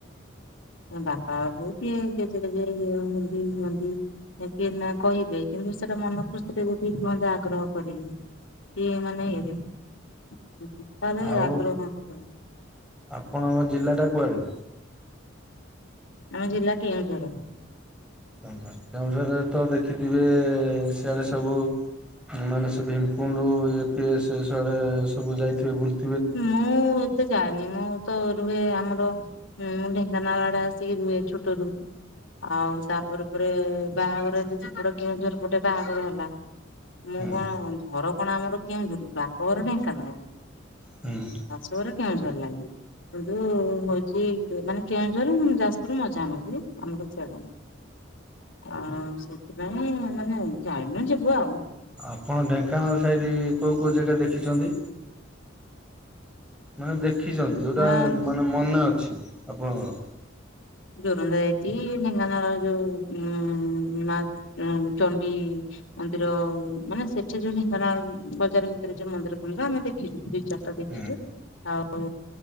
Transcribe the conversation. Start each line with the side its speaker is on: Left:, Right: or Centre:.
Left: ବାପା ବଉ କି ଗେଜେ ଗେଜେ ଇଏ ହୁଅନ୍ତି। ହୁଅନ୍ତି। କି ନା କହିବେ କିନ୍ତୁ ସେଟା ମନ ଖୁସିରେ କୁହନ୍ତେ ଆଗ୍ରହ କରିକି ଇଏ ମାନେ <unintelligible> ତାହେଲେ
Centre: ଆଉ
Left: ଆଗ୍ରହ ହୁଅନ୍ତେ
Centre: ଆପଣଙ୍କ ଜିଲ୍ଲାଟା କୁଆଡ଼େ?
Left: ଆମ ଜିଲ୍ଲା କେଉଁଝର।
Centre: କେଉଁଝର କେଉଁଝରେ ତ ଦେଖିଥିବେ ସିଆଡେ ସବୁ ମାନେ ସେ ଭିମକୁଣ୍ଡୁ ଇଏ ଫିଏ ସିଆଡ଼େ ସବୁ ଯାଇଥିବେ ବୁଲି।
Left: ମୁଁ ଏତେ ଯାଏନି ମୁଁ ତ ରୁହେ ଆମର ଉ ଢେଙ୍କାନାଳ ଆଡ଼େ ଆସିକି ରୁହେ ଛୋଟରୁ ଆଉ ତାପରେ ପରେ ବାହାଘର ହେଲୁଯେ ସେପଟେ କେଉଁଝର ପଟେ ବାହାଘର ହେଲା। ମୁଁ
Centre: ହୁଁ
Left: କଣ ଘର କଣ ଆମର କେଉଁଝର କି ବାପଘର ଢେଙ୍କାନାଳ।
Centre: ହୁଁ।
Left: ଶାଶୁଘର କେଉଁଝର ଲାଇନ କିନ୍ତୁ ହଉଛି ମାନେ କେଉଁଝର, ଯାଜପୁର ମଝାମଝି ଆମର ସ <unintelligible> ନାଇଁ ମାନେ ଯାଇନୁ ଯିବୁ ଆଉ
Centre: ଆପଣ ଢେଙ୍କାନାଳ ସାଇଡ କୋଉଁ କୋଉଁ ଜାଗା ଦେଖିଛନ୍ତି? ମାନେ ଦେଖିଛନ୍ତି ଯୋଉଁଟା
Left: ହଁ
Centre: ମାନେ ମନେ ଅଛି? ଆପଣଙ୍କର?
Left: ଜୋରନ୍ଦା ଯାଇଚି ଏଇ ଢେଙ୍କାନାଳର ଯୋଉଁ ଉ ମା ଚଣ୍ଡିମନ୍ଦିର ମାନେ ସେଠି ଯୋଉଁ ଢେଙ୍କାନାଳ ବଜାର ଭିତରେ ଯୋଉଁ ମନ୍ଦିର ଫନ୍ଦିର ଆମେ ଦେଖଚୁ। ଦି ଚାରିଟା ଦେଖିଚୁ
Centre: ହୁଁ।
Left: ଆଉ